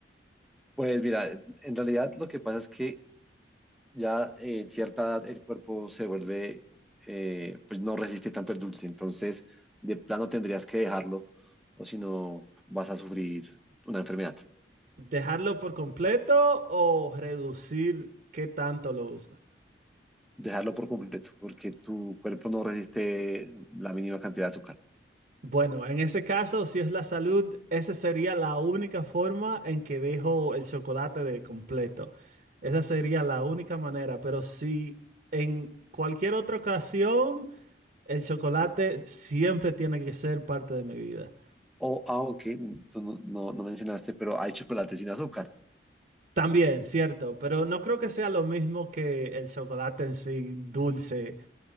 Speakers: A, in the centre; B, on the right (about 55°).
A: Pues mira, en realidad lo que pasa es que ya eh, en cierta edad el cuerpo se vuelve, eh, pues no resiste tanto el dulce, entonces de plano tendrías que dejarlo o si no vas a sufrir una enfermedad.
B: ¿Dejarlo por completo o reducir qué tanto lo uso?
A: Dejarlo por completo, porque tu cuerpo no resiste la mínima cantidad de azúcar.
B: Bueno, en ese caso, si es la salud, esa sería la única forma en que dejo el chocolate de completo. Esa sería la única manera, pero si en cualquier otra ocasión, el chocolate siempre tiene que ser parte de mi vida.
A: O, aunque tú no, no, no mencionaste, pero hay chocolate sin azúcar.
B: También, cierto, pero no creo que sea lo mismo que el chocolate en sí dulce.